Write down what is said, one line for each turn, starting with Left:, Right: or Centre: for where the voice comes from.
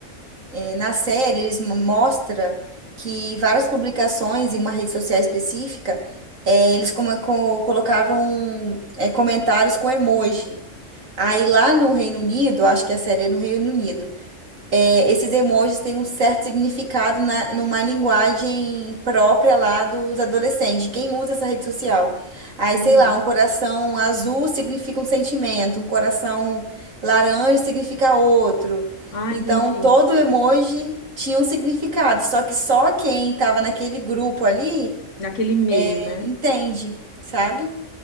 Right: eh, na série, eles mo- mostra que várias publicações em uma rede social específica, eh, eles como, co- colocavam eh, comentários com emoji. Aí lá no Reino Unido, acho que é a série é no Reino Unido, é, esses emojis têm um certo significado na, numa linguagem própria lá dos adolescentes, de quem usa essa rede social. Aí,
Left: Ah,
Right: sei lá, um coração azul significa um sentimento, um coração laranja significa outro.
Left: ah,
Right: Então,
Left: entendi.
Right: todo emoji tinha um significado, só que só quem estava naquele grupo ali
Left: Naquele meio,
Right: eh,
Left: né?
Right: entende, sabe?